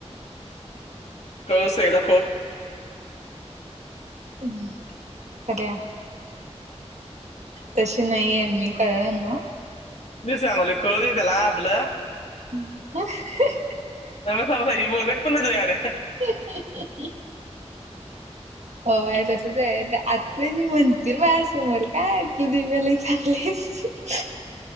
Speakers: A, on the left; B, on the right.
A: कळस आहे <inaudible>
B: हम् काय ते? तशी नाहीये मी कळलं ना.
A: मी सांगालोयं कळूदे त्याला आपलं.
B: <inaudible>
A: सांगु सांगू काय मी बघत पण नाही तुझ्याकडे
B: <inaudible> होय तसचं आहे ते आत्या नी म्हणतील, माझ्यासमोर काय तू दिव्या लय चांगली आहेस? <inaudible>